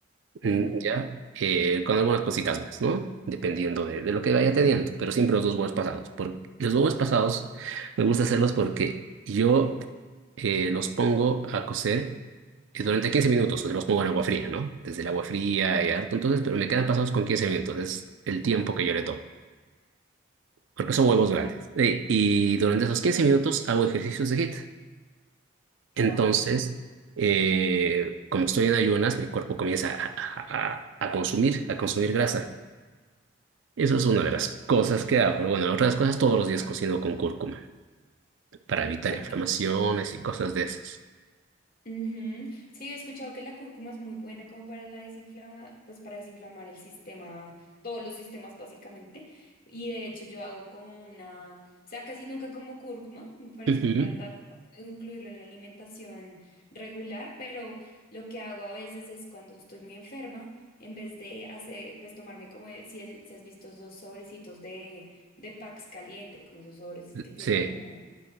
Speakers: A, on the left; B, on the right.
A: <laughs>
B: Mm, Ya, eh, con algunas cositas más, ¿no? Dependiendo de, de lo que vaya teniendo, pero siempre los dos huevos pasados. Por los huevos pasados me gusta hacerlos porque yo eh, los pongo a cocer eh, durante 15 minutos, o sea, los pongo en agua fría, ¿no? Desde el agua fría y harto, entonces, pero me quedan pasados con 15 minutos, es el tiempo que yo le tomo, porque son huevos grandes. Eh, y durante esos 15 minutos hago ejercicios de HIIT. Entonces
A: Wow.
B: eh, como estoy en ayunas, mi cuerpo comienza a, a- a- a consumir, a consumir grasa. Eso es una de las cosas que hago. Bueno, la otra de las cosas, todos los días cocino con cúrcuma para evitar
A: Ok.
B: inflamaciones y cosas de esas.
A: Ujú. Sí, he escuchado que la cúrcuma es muy buena como para la desinflama, pues para desinflamar el sistema, todos los sistemas básicamente. Y de hecho yo hago como una, o sea, casi nunca como cúrcuma, me parece
B: Ujú.
A: un gran dato incluirlo en la alimentación regular, pero lo que hago a veces es cuando estoy muy enferma, en vez de hacer, pues tomarme como, el- si, has si has visto esos sobrecitos de, de Pax caliente, como esos sobres que tienen
B: Sí.
A: como